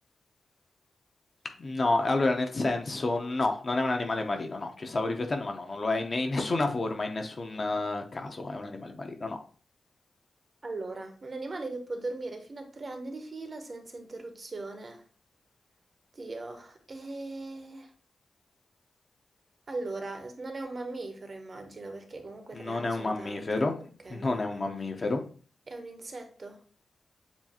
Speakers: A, on the left; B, on the right.
A: No, allora nel senso, no, non è un animale marino, no, ci stavo riflettendo, ma no, non lo è in, in nessuna forma, in nessun eh, caso, è un animale marino, no.
B: Allora, un animale che può dormire fino a tre anni di fila senza interruzione. Dio, e... Allora, non è un mammifero, immagino, perché comunque tre
A: Non
B: anni
A: è un
B: sono
A: mammifero,
B: tanti. Ok, non
A: non
B: è un
A: è un
B: mammifero.
A: mammifero.
B: È un insetto?